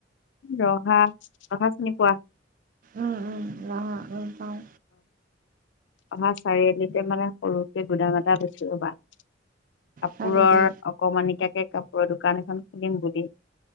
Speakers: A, on the left; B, on the right.
A: ৰহা, ৰহা চিনি পোৱা।
B: উম উম ৰহা পাও
A: অহা, চাৰিআলিতে মানে সৰুকে গুদাম এটা বেছি লবা। কাপোৰৰ
B: হয় নেকি?
A: অকমানিকাকে কাপোৰৰ দোকান এখন খুলিম বুলি।